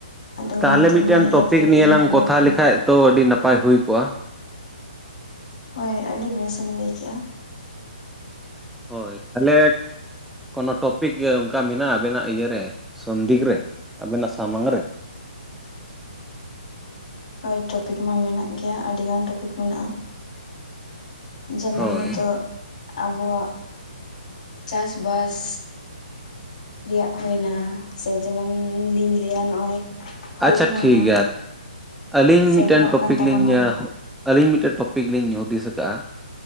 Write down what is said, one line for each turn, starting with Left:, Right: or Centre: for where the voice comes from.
Left: ᱟᱫᱚ
Centre: ᱛᱟᱦᱚᱞᱮ
Left: ᱚᱱᱟᱛᱮ
Centre: ᱢᱤᱫᱴᱮᱱ
Left: ᱱᱚᱜᱼᱚᱭ
Centre: ᱴᱚᱯᱤᱠ
Left: ᱮᱯ ᱨᱮᱜᱮᱞᱤᱧ
Centre: ᱱᱤᱭᱟᱹ ᱞᱟᱝ
Left: ᱵᱚᱞᱚ
Centre: ᱠᱚᱛᱷᱟ
Left: ᱟᱠᱟᱱᱟ
Centre: ᱞᱮᱠᱷᱟᱡ ᱛᱚ ᱟᱹᱰᱤ ᱱᱟᱯᱟᱭ ᱦᱩᱭ ᱠᱚᱜᱼᱟ
Left: ᱦᱳᱭ ᱟᱹᱰᱤ ᱵᱮᱥᱮᱢ ᱞᱟᱹᱭ ᱠᱮᱫᱼᱟ᱾
Centre: ᱦᱳᱭ ᱛᱟᱦᱚᱞᱮ ᱠᱳᱱᱳ ᱴᱚᱯᱤᱠ ᱜᱮ ᱚᱝᱠᱟ ᱢᱮᱱᱟᱜᱼᱟ ᱟᱵᱮᱱᱟᱜ ᱤᱭᱟᱹᱨᱮ ᱥᱚᱱᱫᱤᱠ ᱨᱮ ᱟᱵᱮᱱᱟᱜ ᱥᱟᱢᱟᱝ ᱨᱮ
Left: ᱦᱳᱭ ᱴᱚᱯᱤᱠ ᱢᱟ ᱢᱮᱱᱟᱜ ᱜᱮᱭᱟ ᱟᱹᱰᱤ ᱜᱟᱱ ᱴᱚᱯᱤᱠ ᱢᱮᱱᱟᱜᱼᱟ᱾ ᱡᱮᱢᱚᱱ
Centre: ᱦᱳᱭ
Left: ᱱᱤᱛᱚᱜ ᱟᱵᱚᱣᱟᱜ ᱪᱟᱥᱵᱟᱥ ᱨᱮᱭᱟᱜ ᱦᱩᱭᱱᱟ ᱥᱮ ᱡᱮᱢᱚᱱᱞᱤᱧ ᱞᱟᱹᱭᱟ ᱱᱚᱜᱼᱚᱭ ᱦᱩᱞ
Centre: ᱟᱪᱷᱟ
Left: ᱢᱟᱦᱟ
Centre: ᱴᱷᱤᱠ ᱜᱮᱭᱟ ᱟᱹᱞᱤᱧ
Left: ᱥᱮᱴᱮᱨᱚᱜ
Centre: ᱢᱤᱫᱴᱮᱱ ᱴᱚᱯᱤᱠ
Left: ᱠᱟᱱ ᱛᱟᱵᱚᱱᱟ
Centre: ᱞᱤᱧ ᱟᱹᱞᱤᱧ ᱢᱤᱫᱴᱮᱜ ᱴᱚᱯᱤᱠ ᱞᱤᱧ ᱦᱩᱫᱤᱥ ᱠᱟᱜᱼᱟ